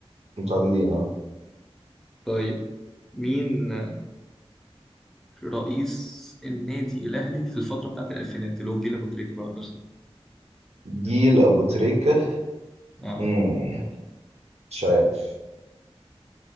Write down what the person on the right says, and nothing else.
متعادلين اهو
جيل ابو تريكه
مم. مش عارف